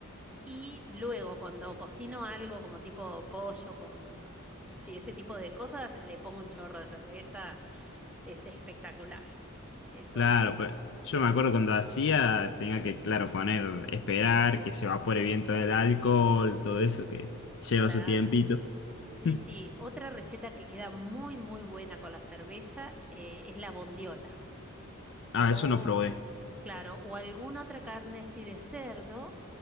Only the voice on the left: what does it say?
Claro,
pues yo me acuerdo cuando hacía, tenía que, claro, poner, esperar que se evapore bien todo el alcohol, todo eso que lleva
su tiempito.
<laughs>
Ah,
eso no probé.